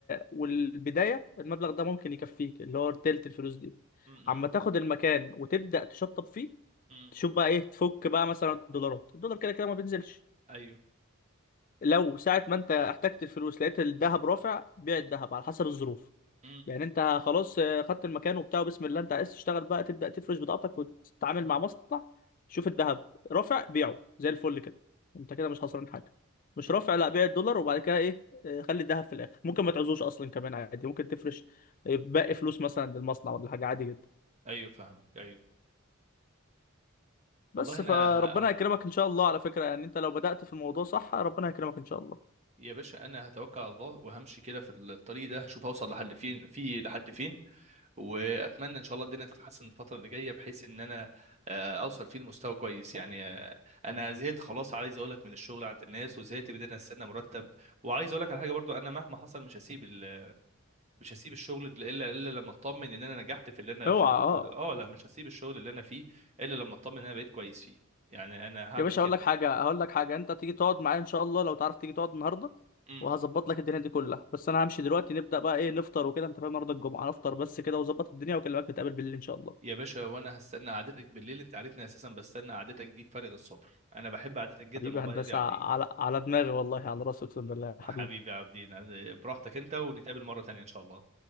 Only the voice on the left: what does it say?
والبدايه المبلغ
ده ممكن يكفيك اللي هو تلت الفلوس دي
اما تاخد المكان وتبدا تشطب فيه
تشوف بقى ايه تفك بقى مثلا الدولارات الدولار كده كده ما بينزلش
لو ساعه ما انت احتجت الفلوس لقيت الذهب رافع بيع الذهب على حسب الظروف
يعني انت خلاص آه، خدت المكان وبتاع وبسم الله انت عايز تشتغل بقى تبدا تفرش بضاعتك وتتعامل مع مصنع شوف الذهب رافع بيعه زي الفل كده انت كده مش خسران حاجه مش
رافع لا بيع الدولار وبعد كده ايه آه، خلي الذهب في الاخر ممكن ما تعزوش اصلا كمان عادي ممكن تفرش آه، باقي فلوس مثلا للمصنع ولا حاجه عادي جدا
بس
فربنا يكرمك ان شاء الله على فكره يعني انت لو بدات في الموضوع صح ربنا يكرمك ان شاء الله
اوعى
اه
يا باشا
هقول لك حاجه هقول لك حاجه انت تيجي تقعد معايا ان شاء الله لو تعرف تيجي تقعد النهارده
وهظبط لك الدنيا دي كلها بس انا همشي دلوقتي نبدا بقى ايه نفطر وكده انت فاهم النهارده الجمعه نفطر بس كده وظبط الدنيا واكلمك نتقابل بالليل ان شاء الله
حبيبي
يا هندسه
على على دماغي والله على راسي اقسم بالله حبيبي